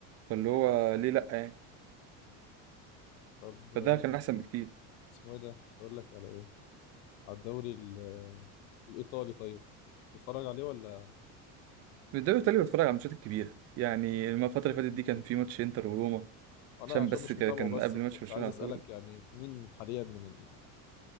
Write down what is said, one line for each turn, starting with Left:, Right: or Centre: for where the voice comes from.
Right: فاللي هو ليه لا يعني
Left: طب آه،
Right: فده كان احسن بكتير
Left: اسمه ايه ده تقول لك على ايه على الدوري ال- الايطالي طيب تتفرج عليه ولا
Right: الدوري الايطالي بتفرج على الماتشات الكبيره يعني الم- الفتره اللي فاتت دي كان في ماتش انتر وروما
Left: انا
Right: عشان
Left: عشان
Right: بس
Left: مش
Right: ك-
Left: متابعه
Right: كان
Left: بس
Right: قبل
Left: فكنت
Right: ماتش برشلونه
Left: عايز
Right: على
Left: اسالك
Right: طول
Left: يعني مين حاليا من ال-